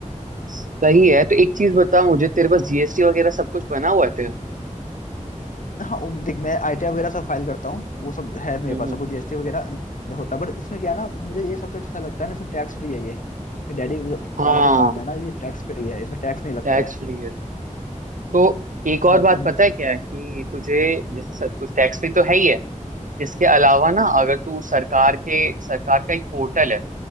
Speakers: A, on the right (about 75°); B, on the left (about 75°).
A: सही है तो एक चीज बता मुझे तेरे पास जीएसटी वगैरह सब कुछ बना हुआ है तेरा
B: हाँ उम, देख मैं आईटीआर वगैरह सब फाइल करता हूँ वो सब है मेरे
A: हम्म
B: पास
A: हम्म।
B: सब वो जीएसटी वगैरह होता है बट इसमें क्या है ना मुझे ये सबसे अच्छा लगता है ना इसमें टैक्स फ्री है ये ये डैडी
A: हाँ
B: वाला जो काम है ना ये टैक्स फ्री है इसमें टैक्स नहीं लगता
A: टैक्स
B: है
A: फ्री है तो एक और
B: हाँ
A: बात
B: तो मैं
A: पता है क्या है कि तुझे जैसे सर, तू टैक्स फ्री तो है ही है इसके अलावा ना अगर तू सरकार के सरकार का एक पोर्टल है